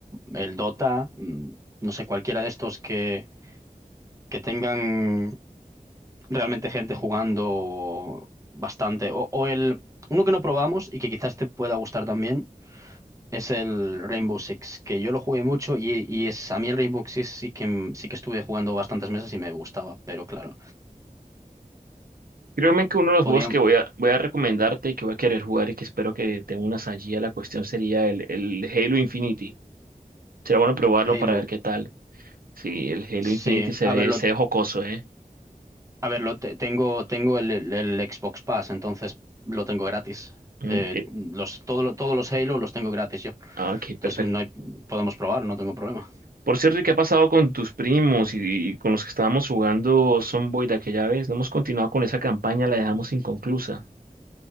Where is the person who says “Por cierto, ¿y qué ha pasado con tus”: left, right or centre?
Right